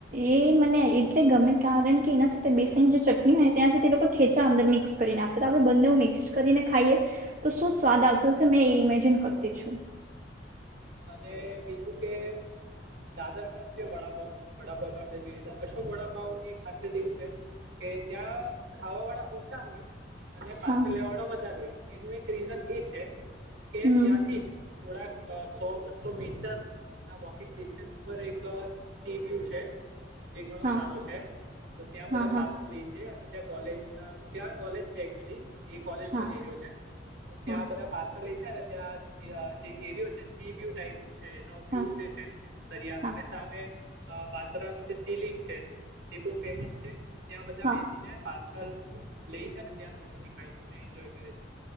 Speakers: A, on the right; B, on the right.
A: એ મને એટલે ગમે કારણ કે એના સાથે બેસઇ જે ચટણી હોય ને તેના એ લોકો ઠેચા અંદર મિક્સ કરીને આપે તો આપડણે બંને મિક્સ કરીને ખાઈએ તો શું
B: હમ.
A: સ્વાદ આવતું હશે મેં એ ઇમેજિન કર તી છું.
B: અને બીજું કે દાદર માં છે. વડાપાવ વડાપાવ તો આપણે જોઈ લીધા અશોક વડાપાવ ની ખાસિયત એવું છે, કે ત્યાં ખાવા વાળા ઓછા હોય. અને પાછો
A: હા
B: લેવાડો વધારે હોય. એનું એક રીઝન એ છે. કે
A: હમ
B: ત્યાંથી જ થોડાક સો બસો મીટર ના વોકિંગ ડિસ્ટન્સ પર એક સી વ્યુ છે. જે ઘણો
A: હા
B: સારો છે તો ત્યાં
A: હા
B: બધા
A: હા
B: પાર્સલ લ છે અને તં કોલેજ ના ક્યાં કોલેજ છે એકચુઅલી એ કોલેજ
A: હા
B: નો જ એરિયો છે તો ત્યાં
A: હા
B: બધા પા લ છે ને ત્યાં જે એરિયો છે. સીવી્યુ ટાઈપ છે એનો વ્યૂ
A: હા
B: જે છે દરિયાનો
A: હા
B: ને સામે આ બાંદરાાનું જે સિલિંગ છે, એ બહુ ફેમસ છે. તો ત્યાં બધા
A: હા
B: બેસીને બા લે છે ને ત્યાં બેસીને ખાય છે ત્યા એન્જોય કરે છે.